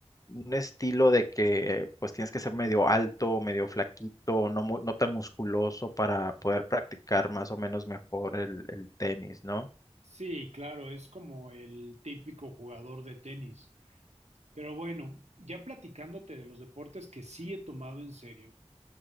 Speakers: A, on the left; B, on the right.
A: un estilo de que pues tienes que ser medio alto, medio flaquito, no, mu- no tan musculoso para poder practicar más o menos mejor el, el tenis, ¿no?
B: Sí, claro, es como el típico jugador de tenis. Pero bueno, ya platicándote de los deportes que sí he tomado en serio,